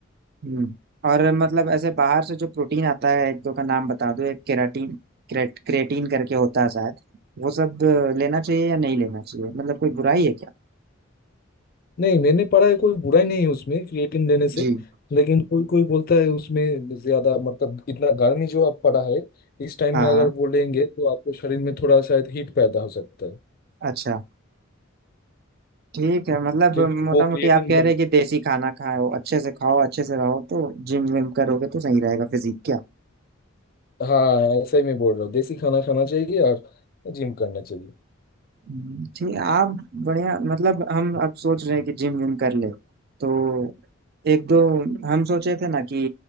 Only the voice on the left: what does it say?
नहीं मैंने पढ़ा है कोई बुराई नहीं है उसमें क्रिएटिन लेने से
लेकिन कोई कोई बोलता है उसमें ज्यादा मतलब इतना गर्मी जो आप पड़ा है इस टाइम
में अगर
वो लेंगे तो आपको शरीर में थोड़ा शायद हीट पैदा हो सकता है
क्योंकि
वो
क्रिएटिन
हाँ ऐसे ही मैं बोल रहा हूँ देसी खाना खाना चाहिए और जिम करना चाहिए